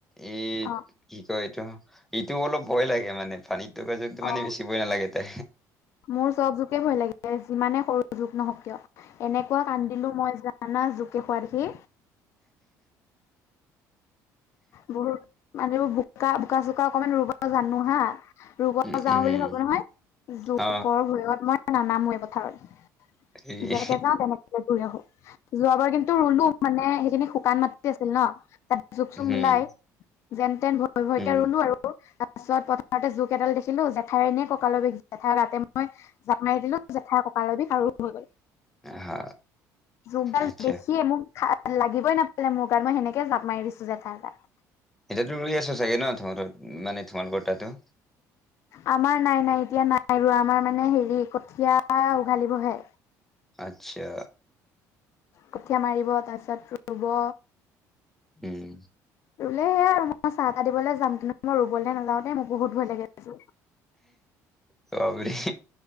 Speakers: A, in the centre; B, on the left.
A: এই
B: অ
A: কি কয় এইটো, এইটো অলপ ভয় লাগে মানে পানীত থকা জোকটো
B: অ
A: মানে বেছি শিকিবই নালাগে এটা
B: মোৰ চব জোকে ভয় লাগে, যিমানে সৰু জোক নহক কিয়। এনেকুৱা কান্দিলো মই জা আনা জোকে খোৱা দেখি। বহুত মানে এইবোৰ বোকা, বোকা চোকা অকণমান ৰুব জানোঁ হা, ৰুব
A: উম
B: যাওঁ
A: উম
B: বুলি ভাবোঁ নহয়, জোকৰ
A: অ
B: ভয়ত মই নানামোৱে পথাৰত।
A: এই
B: যেনেকে যাওঁ তেনেকে ঘূৰি আহোঁ। যোৱাবাৰ কিন্তু ৰুলো মানে সেইখিনি শুকান মাতি আছিল ন, তাত জোক চোক
A: উম
B: নোলাই যেন তেন ভয়, ভয়কে
A: উম
B: ৰুলো আৰু। তাৰ পাছত পথাৰতে জোক এডাল দেখিলোঁ, জেঠাইৰ এনে কঁকালৰ বিষ জেঠাইৰ গাতে মই জাপ মাৰি দিলোঁ, জেঠাইৰ ককালৰ বিষ আৰু হৈ গ'ল।
A: হা
B: জোক ডাল
A: আচ্ছা
B: দেখিয়ে মোক খা লাগিবই নাপালে মোৰ গাত, মই সেনেকেই জাঁপ মাৰি দিছোঁ জেঠাইৰ গাত।
A: এতিয়াতো ৰুই আছ চাগে ন তহঁতৰ, মানে তোমালোকৰ তাতো?
B: আমাৰ নাই, নাই এতিয়া নাই ৰুৱা, আমাৰ মানে হেৰি কঠিয়া উঘালিবহে।
A: আচ্ছা।
B: কঠিয়া মাৰিব, তাৰপিছত ৰুব।
A: উম।
B: ৰুলে সেয়া <unintelligible> মই চাহা কৰিবলে যাম কিন্তু মই ৰুবলৈ নাযাওঁদে মোৰ বহুত ভয় লাগে।
A: <unintelligible>